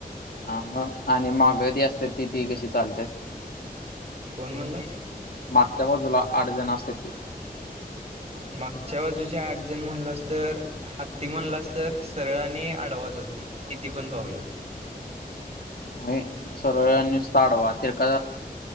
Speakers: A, on the left; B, on the right.
A: हा मग आणि मागं त्या असतात ती, ती कशी चालत्यात
B: कोण म्हणला?
A: मागच्या बाजूला आठ जण असतात ते
B: मागच्या बाजूच्या आठ जण म्हणलास तर हत्ती म्हणलास तर सरळने आडवा जातो, किती पण पावलं
A: आणि, सर्व नुसता आडवा तिरका